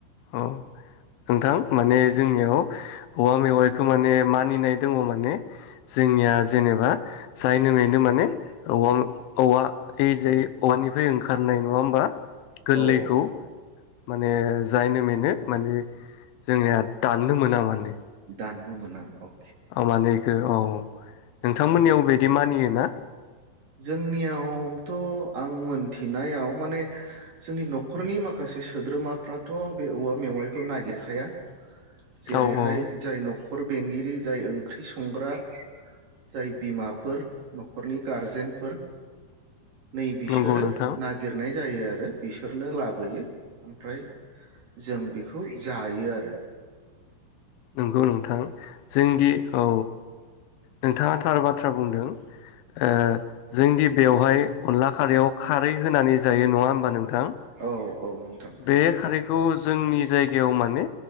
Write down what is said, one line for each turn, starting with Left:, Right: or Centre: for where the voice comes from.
Left: औ। नोंथां माने जोंनियाव औवा मेवाइखौ माने मानिनाय दङ माने जोंनिया जेनेबा जायनो मैनो माने औवा औवा ओइ जाय औवानिफ्राय ओंखारनाय नङा होमबा? गोरलैखौ।
Right: औ औ
Left: माने जायनो मेनो माने जोंनिया दाननो मोना माने
Right: दाननो मोना औ
Left: आ माने इखौ अ अ नोंथांमोननियाव
Right: औ औ
Left: बिदि मानियो ना?
Right: जोंनियावथ' आं मोनथिनायाव माने जोंनि न'खरनि माखासे सोद्रोमाफ्राथ' बे औवा मेवाइखौ नागिरखाया। जेरैहाय
Left: औ औ
Right: जाय न'खर बेंगिरि जाय ओंख्रि सं संग्रा जाय बिमाफोर न'खरनि गारजेनफोर नै बिसोरो
Left: नंगौ नोंथां
Right: नागिरनाय जायो आरो बिसोरनो लाबोयो ओमफ्राय जों बेखौ जायो आरो।
Left: नंगौ नोंथां जोंदि औ नोंथाङा थार बाथ्रा बुंदों ओ जोंदि बेवहाय अनला खारैयाव खारै होनानै जायो नङा होमबा नोंथां।
Right: औ औ नोंथां
Left: बे खारैखौ जोंनि जायगायाव माने